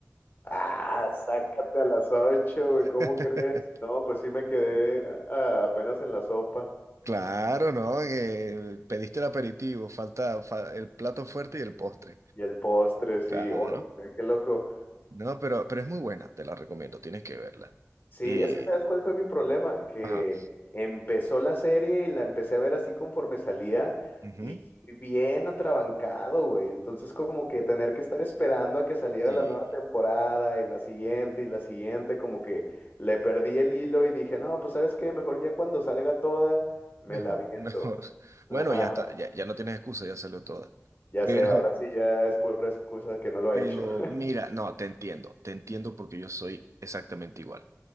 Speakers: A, on the left; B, on the right.
A: Ah, sácate a las ocho, güey, ¿cómo
B: <laughs>
A: crees? No, pues sí me quedé ah, apenas en la sopa
B: Claro, ¿no? Que pediste el aperitivo, falta fa- el plato fuerte y el postre.
A: y el postre, sí,
B: Claro.
A: órale, qué loco.
B: No, pero, pero es muy buena, te la recomiendo, tienes que verla.
A: Sí,
B: Eh,
A: es que ¿sabes cuál fue mi problema? Que
B: ajá.
A: empezó la serie y la empecé a ver así conforme salía
B: ujú,
A: y estoy bien atrabancado, güey. Entonces como que tener que estar esperando a que saliera
B: Sí,
A: la nueva temporada y la siguiente y la siguiente, como que le perdí el hilo y dije, no, pues ¿sabes qué? Mejor ya cuando salga toda, me
B: mejor,
A: la viento.
B: <laughs> mejor. Bueno,
A: Ajá,
B: ya está, ya, ya no tienes excusa, ya salió toda.
A: ya
B: Pero,
A: sé, ahora sí ya es pura excusa que no lo
B: pero
A: ha hecho. <laughs>
B: mira, no, te entiendo, te entiendo porque yo soy exactamente igual.